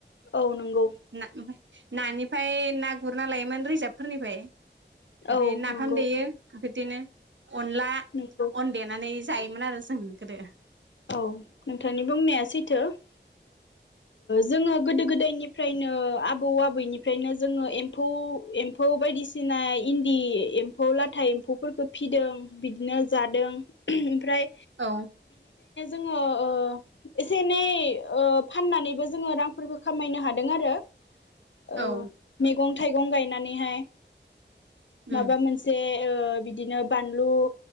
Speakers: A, on the left; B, on the right.
A: औ नंगौ
B: ना ओमफाय नानिफाय ना गुरना लायोमोन रिजाबफोरनिफाय ओमफ्राय
A: औ
B: नाफाम
A: नंगौ
B: देयो ओमफाय दिनो अनला
A: नंगौ
B: अन देनानै जायमोनोन आरो जों गोदो
A: औ नोंथांनि बुंनाया सैथो ओ जोङो गोदो गोदायनिफ्रायनो आबौ आबैनिफ्रायनो जोङो एम्फौ एम्फौ बायदिसिना इन्दि एम्फौ लाथा एम्फौफोरखौ फिदों बिदिनो जादों ओमफ्राय
B: औ
A: <unintelligible> ओ जोङो एसे एनै फाननानैबो जोङो रांफोरखौ खामायनो हादों आरो
B: औ
A: ओ मैगं थाइगं गायनानैहाय
B: उम
A: माबा मोनसे ओ बिदिनो बानलु